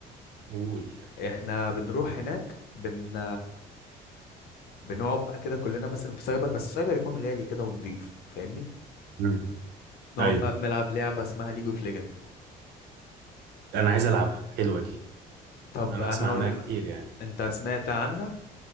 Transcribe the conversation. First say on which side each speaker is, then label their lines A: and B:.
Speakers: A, on the right; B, on the left.
A: قول
B: احنا بنروح هناك بن بنقعد بقى كده كلنا مثلا في سايبر بس سايبر يكون غالي كده ونضيف فاهمني
A: مم.
B: نقعد
A: ايوه
B: بقى بنلعب لعبة اسمها ليج اوف ليجند
A: انا عايز العبها حلوه دي
B: طب
A: انا
B: انا
A: اسمع
B: هقول
A: عنها كتير يعني
B: انت سمعت عنها